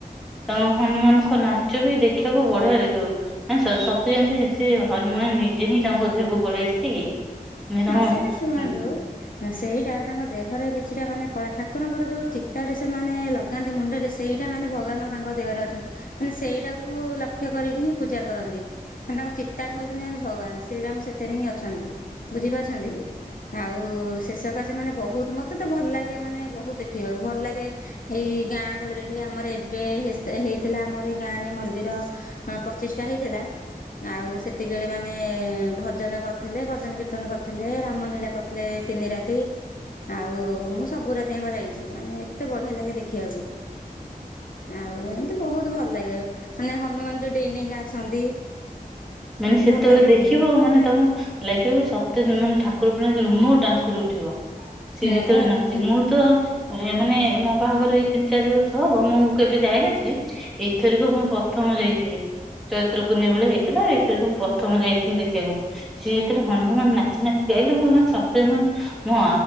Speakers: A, in the centre; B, on the left.
A: ତାଙ୍କୁ ହନୁମାନଙ୍କ ସେ ନାଚ ବି ଦେଖିବାକୁ ବଢିଆ ଲାଗିବ। ନା ସ ସତେ ଯେନ୍ତି ସେ ହନୁମାନ ନିଜେ ହିଁ ତାଙ୍କ ଦେହକୁ ପଳେଇ ଆସିଛି କି। ମାନେ ତାଙ୍କ
B: ହଁ
A: ହୁଁ
B: ସେଇଟା ଶୁଣନ୍ତୁ ନା ସେଇଟା ତାଙ୍କ ଦେହର କିଛିଟା ମାନେ କଳା ଠାକୁରଙ୍କର ଯୋଉ ଚିତାଟେ ସେମାନେ ଲ ଗାନ୍ତି ମୁଣ୍ଡରେ ସେଇଟା ମାନେ ଭଗବାନ ତାଙ୍କ ଦେହରେ ଅଛନ୍ତି ମାନେ ସେଇଟାକୁ ଲକ୍ଷ୍ୟ କରିକି ହିଁ ପୂଜା କରନ୍ତି ମାନେ ତାଙ୍କ ଚିତାଟା ହୋଉ ଚନ୍ତି ଭଗବାନେ ଶ୍ରୀରାମ ସେଥିରେ ହିଁ ଅଛନ୍ତି। ବୁଝିପାରୁଛନ୍ତି କି ଆଉ ଶେଷକା ସେ ମାନେ ବୋହୁତ ମତେ ତ ଭଲ ଲାଗେ ମାନେ ବୋହୁତ ଦେଖିବାକୁ ଭଲ ଲାଗେ ଏଇ ଗାଁ ଗହଳିରେ ଠୁବି ଆମର ଏବେ ହେସ୍ ତା ହେଇଥିଲା ଆମର ଏଇ ଗାଁରେ ମନ୍ଦିର ହଁ ପଚିଶଟା ହେଇଥିଲା ଆଉ ସେତିକିି ବେଳେ ମାନେ ଭଜନ କରିଥିଲେ ଭଜନ କିର୍ ର୍ତନ କରିଥିଲେ ରାମ ଲୀଳା କରିଥିଲେ ତିନି ରାତି ଆଉ ମୁଁ ସବୁ ରାତିଆଙ୍କ ଯାଇଚି ମାନେ ଏତେ ବଢିଆ ଲାଗେ ଦେଖିବାକୁ। ଆଉ ଏମତି ବୋହୁତ ଭଲ ଲାଗେ ମାନେ ହନୁମାନ ଯୋଉ ଡେଇଁ ଡେଇଁକା ଆସନ୍ତି
A: ମାନେ ସେତେବେଳେ
B: ଭଲ ଲାଗେ
A: ଦେଖିବ
B: ଦେଖିବାକୁ
A: ମାନେ ତମ ଲାଗିବ ସତରେ ମାନେ ଠାକୁର ପୁରା ରୁମ ଟାଙ୍କୁରି ଉଠିବ ସିଏ
B: ହଁ
A: ଯେତେବେଳେ
B: ବା
A: ନାଚିବ
B: ଦେଖିବା
A: ମୁଁ ତ ଏ ମାନେ ମୋ ବାହାଘର ଏଇ ତିନି ଚାରି ବର୍ଷ ହବ ମୁଁ କେବେ ଯାଇନ ଥିଲି ଏଥରିକ ମୁଁ ପ୍ରଥମ ଯାଇଥିଲି ଚୈତ୍ର ପୂର୍ଣ୍ଣିମା ବେଳେ ହେଇଥିଲା ଏ ଏଥରକ ମୁଁ ପ୍ରଥମ ଯାଇଥିଲି ଦେଖିବାକୁ ସିଏ ଯେତେବେଳେ ହନୁମାନ ନାଚି ନାଚି କି ଆଇଲେ ମୁଁ ମୋ ସତେ ମୋ ମୋ